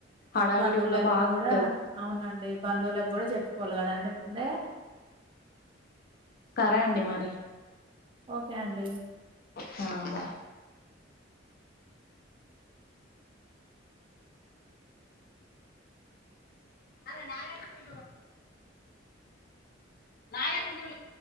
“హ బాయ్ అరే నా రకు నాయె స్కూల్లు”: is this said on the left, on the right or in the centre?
Left